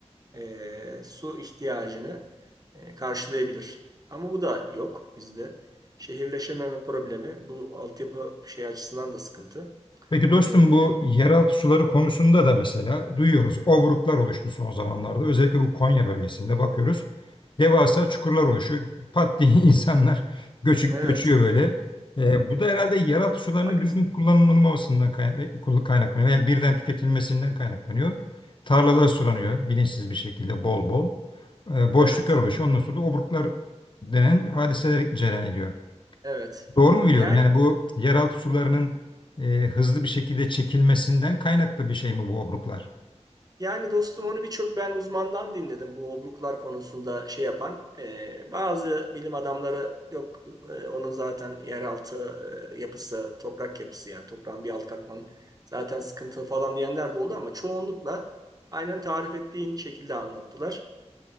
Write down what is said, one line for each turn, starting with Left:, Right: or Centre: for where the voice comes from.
Right: E, su ihtiyacını e, karşılayabilir. Ama bu da yok bizde. Şehirleşememe problemi bu altyapı şey açısından da sıkıntı.
Left: Peki dostum
Right: E,
Left: bu yeraltı suları konusunda da mesela duyuyoruz. Obruklar oluştu son zamanlarda. Özellikle bu Konya bölgesinde bakıyoruz. Devasa çukurlar oluşuyor. Pat diye <laughs> insanlar göçü,
Right: evet.
Left: göçüyor böyle. Ee, bu da herhalde yeraltı sularının
Right: Bak
Left: düzgün kullanılmamasından kay- kul- kaynaklanıyor. Yani birden tüketilmesinden kaynaklanıyor. Tarlalar sulanıyor bilinçsiz bir şekilde bol bol. Ee, boşluklar
Right: Evet,
Left: oluşuyor. Ondan sonra da obruklar denen hadiseler cereyan ediyor.
Right: evet.
Left: Doğru mu biliyorum?
Right: Yani
Left: Yani bu yeraltı sularının e, hızlı bir şekilde çekilmesinden kaynaklı bir şey mi bu obruklar?
Right: yani dostum onu birçok ben uzmandan dinledim bu obruklar konusunda şey yapan. Ee, bazı bilim adamları yok e, onun zaten yeraltı e, yapısı, toprak yapısı yani toprağın bir alt katmanı zaten sıkıntılı falan diyenler de oldu ama çoğunlukla aynen tarif ettiğin şekilde anlattılar.